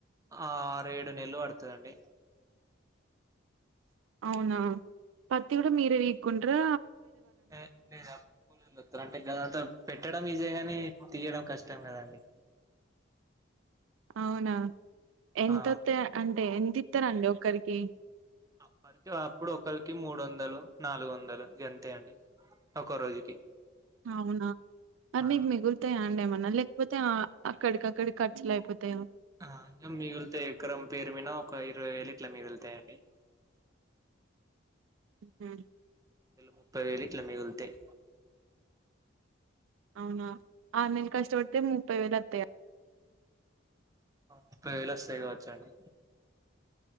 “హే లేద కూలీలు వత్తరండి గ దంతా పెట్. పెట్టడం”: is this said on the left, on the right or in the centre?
Right